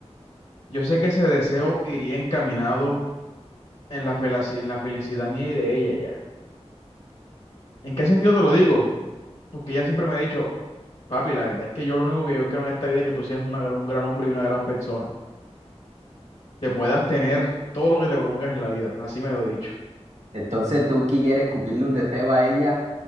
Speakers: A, on the left (about 65°); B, on the right (about 80°).
A: Yo sé que ese deseo iría encaminado en la felaci- en la felicidad mía y de ella ya. ¿En qué sentido te lo digo? Porque ella siempre me ha dicho, papi, la verdad es que yo lo único que yo quiero en esta vida es que tú seas una, gran- un gran hombre y una gran persona, que puedas tener todo lo que te propongas en la vida, así me lo he dicho.
B: Entonces tú quieres cumplirle un deseo a ella